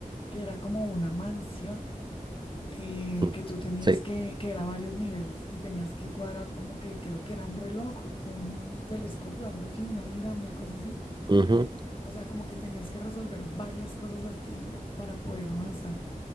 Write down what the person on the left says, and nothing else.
que era como una mansión eh,
que tú tenías
que, que era varios niveles y tenías que cuadrar como que creo que era un reloj, un telescopio, algo así, una mira, una cosa así.
O sea, como que tenías que resolver varias cosas al tiempo para poder avanzar.